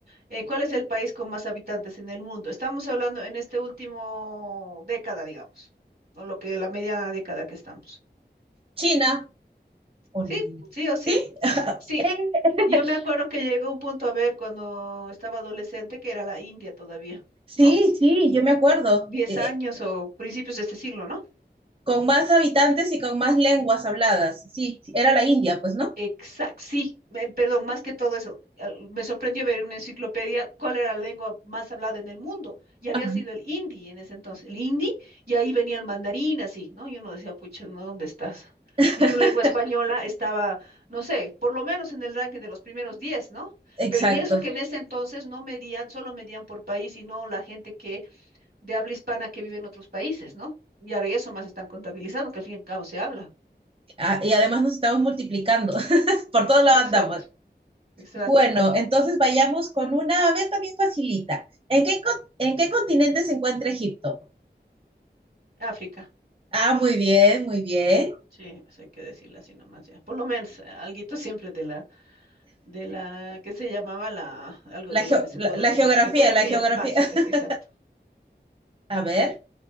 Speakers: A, on the right; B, on the right.
A: Eh, ¿cuál es el país con más habitantes en el mundo? Estamos hablando en este último década, digamos, o lo que la mediana década que estamos.
B: China. Hola.
A: Sí, sí o sí.
B: ¿Sí?
A: Sí.
B: Eh, <laughs>
A: Yo me acuerdo que llegó un punto a ver cuando estaba adolescente que era la India todavía,
B: Sí,
A: ¿no?
B: sí, yo me acuerdo.
A: Diez
B: Eh,
A: años
B: eh,
A: o principios de este siglo, ¿no?
B: con más habitantes y con más lenguas habladas. Sí, sí, era la India, pues, ¿no?
A: Exacto, sí, me- perdón, más que todo eso, al- me sorprendió ver en una enciclopedia cuál era la lengua más hablada en el mundo, y había
B: Ajá.
A: sido el hindi en ese entonces, el hindi, y ahí venía el mandarín, así, ¿no? Y uno decía, pucha, ¿no? ¿Dónde estás?
B: <laughs>
A: Y tu lengua <laughs> española estaba, no sé, por lo menos en el ranking de los primeros 10, ¿no?
B: Exacto.
A: Pero, y eso que en ese entonces no medían, solo medían por país y no la gente que, de habla hispana que vive en otros países, ¿no? Y ahora eso más están contabilizando, que al fin y al cabo se habla.
B: Ah, y además nos estamos multiplicando. <laughs> Por todos lados
A: Exacto,
B: andamos.
A: exacto.
B: Bueno, entonces vayamos con una, a ver, también facilita. ¿En qué, con- en qué continente se encuentra Egipto?
A: África.
B: Ah, muy bien, muy bien.
A: Sí, eso hay que decirlo así nomás ya. Por lo menos, algo siempre de la, de la, que se llamaba la, algo
B: La,
A: de
B: geo-
A: lo que se
B: la,
A: puede
B: la
A: decir,
B: geografía,
A: eh, geografía
B: la geografía.
A: básica,
B: <laughs>
A: exacto.
B: A ver,